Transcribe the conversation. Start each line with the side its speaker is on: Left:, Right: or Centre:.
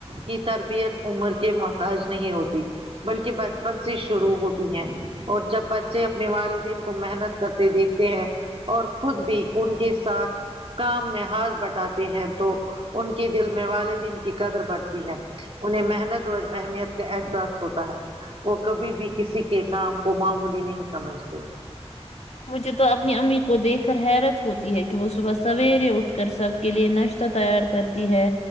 Right: کی تربیت عمر کے محتاج نہیں ہوتی بلکہ بچپن سے شروع ہوتی ہیں اور جب بچے اپنے والدین کو محنت کرتے دیکھتے ہیں اور خود بھی ان کے ساتھ کام میں ہاتھ بٹ تا کہ ہیں تو ان کے دل میں والدین کی قدر بڑھتی ہے انہیں محنت اور اہمیت کا احساس ہوتا ہے وہ کبھی بھی کسی کے کام کو معمولی نہیں سمجھتے
Left: مجھے تو اپنی امی کو دیکھ کر حیرت ہوتی ہے کہ وہ صبح سویرے اٹھ کر سب کے لیے ناشتہ تیار کرتی ہے